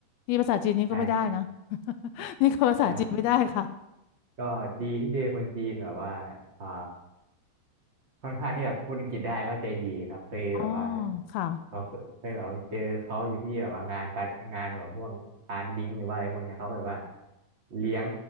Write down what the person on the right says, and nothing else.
ใช่
นะครับก็ดีที่เจอคนจีนแบบว่าอ่า ค่อนข้างที่แบบพูดอังกฤษได้ก็ใจดีครับเคยแบบว่า
เขาเคยเคยแบบว่าไปเจอเขาอยู่ที่แบบว่างานปารงานแบบพวกปานดิ้งหรือว่าอะไรพวกเนี้ยเขาแบบว่าเลี้ยง